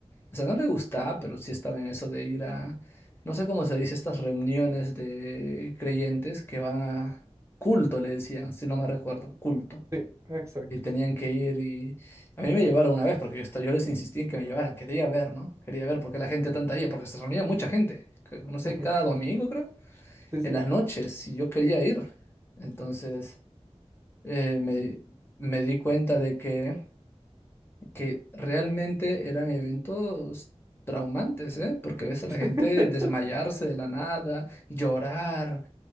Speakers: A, on the left (about 20°); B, on the right (about 25°).
A: O sea, no le gustaba, pero sí estaba en eso de ir a... No sé cómo se dice, estas reuniones de creyentes que van a culto, le decían, si no me recuerdo, culto.
B: Sí, exacto.
A: Y tenían que ir y... A mí me llevaron una vez porque yo, esta- yo les insistí en que me llevaran. Quería ver, ¿no? Quería ver por qué la gente tanta iba, porque se reunía mucha gente. que- No sé,
B: ujú,
A: cada domingo creo.
B: Sí, sí.
A: En las noches, y yo quería ir. Entonces eh, me, me di cuenta de que, que realmente eran eventos traumantes, ¿eh? Porque ves a
B: <laughs>
A: la gente desmayarse de la nada, llorar,